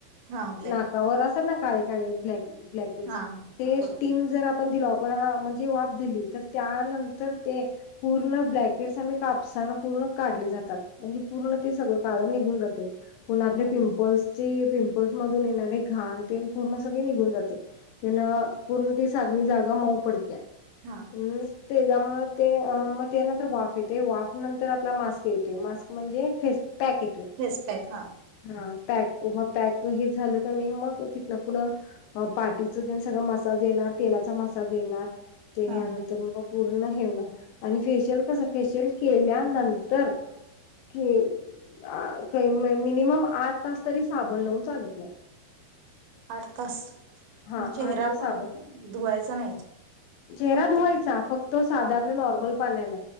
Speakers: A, on the right; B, on the left.
A: हा ब्लॅक
B: नाकावर असतात ना काळी काळी ब्लॅक! ब्लॅकेट
A: हा
B: ते
A: बरोबर
B: स्टीम जर आपण दिल आपण ह, जी वाफ दिली तर त्यानंतर ते! पूर्ण ब्लॅकेटस आम्ही कापसाना पूर्ण काढले जातात. म्हणजे पूर्ण ते सगळं काळ निघून जातय पुन्हा आपले
A: हा
B: पिंपल्सचे पिंपल्. मधून येणारे घाण तेनं पूर्ण सगळे निघून जाते. तिन पूर्ण ती सागळी जागा मऊ पडतीया.
A: हा
B: हम्म, त्याज्यामुळ ते म त्यानंतर वाफ येते. वाफ नंतर आपला मास्क येतय. मास्क म्हणजे फेस पॅक येतोय.
A: फेस पॅक हा
B: हा पॅक होअ पॅक म हे झालं का नाही. मग तिथन पुढं अ पाटीच तेनं सगळा मसाज येणार. तेलाचा मसाज येणार. त्यानी
A: हा
B: यानंतर मग पूर्ण हे होेणार. आणि फेशियल कसं फेशियल केल्यानंतर की अ <unintelligible> मिनिमम आठ तास तरी साबण लावून चालत नाय.
A: आठ तास,
B: हा
A: म चेहरा
B: आठ तास साबण
A: पण धुवायचा नाही.
B: चेहरा
A: फक्त
B: धुवायचा. फक्त साध्या
A: हा
B: आपल्या नॉर्मल पाण्यानं.